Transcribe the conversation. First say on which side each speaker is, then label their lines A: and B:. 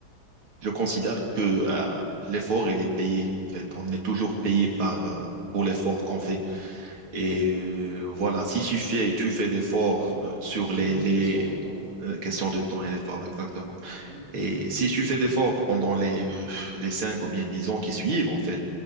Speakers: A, on the right; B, on the right.
A: je considère que euh, l'effort, il est payé. En fait, on est toujours payé par, euh, pour l'effort qu'on fait. Et euh, voilà, si tu fais, tu fais d'efforts
B: oui.
A: euh, sur
B: c'est
A: les,
B: juste
A: les
B: question de temps, oui.
A: euh, questions de temps et d'effort, exactement.
B: Mhm.
A: Et si tu fais d'efforts pendant les, euh, les 5 ou bien 10 ans qui suivent, en fait,